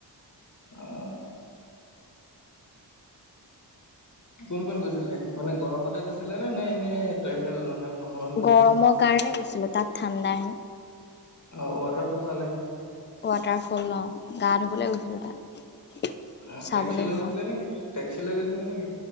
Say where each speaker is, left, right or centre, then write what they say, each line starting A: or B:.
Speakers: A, on the left; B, on the left.
A: অ কোন কোন গৈছিলে মানে গৰমতে গৈছিলে নে, নে এনেই ট্ৰেভেল মানে ভ্ৰমণত গৈছিলে
B: গৰমৰ কাৰণে গৈছিলো তাত ঠাণ্ডা আহে
A: অ ৱাটাৰফল চালে
B: ৱাটাৰফল অ গা ধুবলে গৈছিলোঁ তাত
A: অ
B: চাবলৈ
A: টেক্সি লৈ
B: নহয়
A: গৈছিলে নেকি টেক্সি গৈছিলে নেকি?